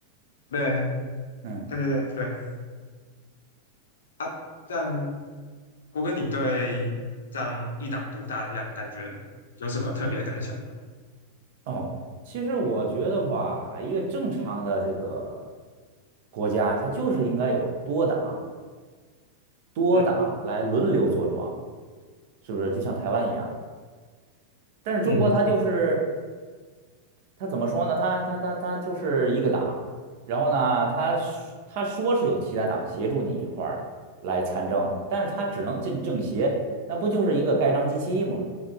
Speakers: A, on the left; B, on the right.
A: 对
B: 嗯，
A: 对对对对啊，这样我跟你对这样一党独大的这样感觉有什么特别的感想？
B: 哦，其实我觉得吧，一个正常的这个国家，它就是应该有多党，多党来轮流坐庄，
A: 嗯
B: 是不是？就像台湾一样，但是中国它就是
A: 嗯，
B: 他怎么说呢？他他他他就是一个党，然后呢，他说他说是有其他党协助你一块儿来参政，但是他只能进政协，那不就是一个盖章机器吗？